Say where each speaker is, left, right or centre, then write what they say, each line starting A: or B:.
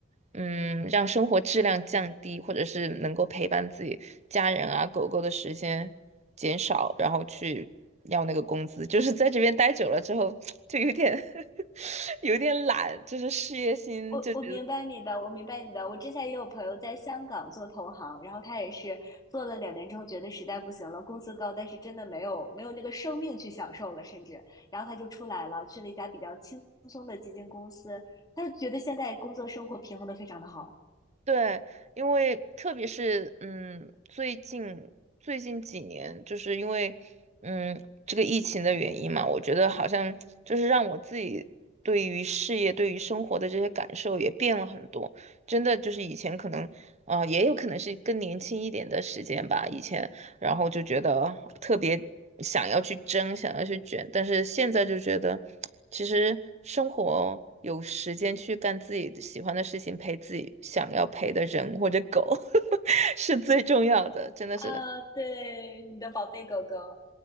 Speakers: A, on the right; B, on the left.
A: 嗯，让生活质量降低，或者是能够陪伴自己家人啊、狗狗的时间减少，然后去要那个工资，就是在这边待久了之后，<tsk> 就有点 <laughs> 有点懒，就是事业心就觉得。
B: 我我明白你的，我明白你的。我之前也有朋友在香港做投行，然后他也是做了两年之后，觉得实在不行了，工资高，但是真的没有没有那个生命去享受了，甚至然后他就出来了，去了一家比较轻松的基金公司，他就觉得现在工作生活平衡的非常的好。
A: 对，因为特别是嗯，最近最近几年，就是因为嗯这个疫情的原因嘛，我觉得好像就是让我自己对于事业、对于生活的这些感受也变了很多。真的就是以前可能，啊，也有可能是更年轻一点的时间吧。以前然后就觉得特别想要去争，想要去卷，但是现在就觉得，其实生活有时间去干自己喜欢的事情，陪自己想要陪的人或者狗，<laughs> 是最重要的，真的是。
B: 啊，
A: <laughs>
B: 对，你的宝贝狗狗。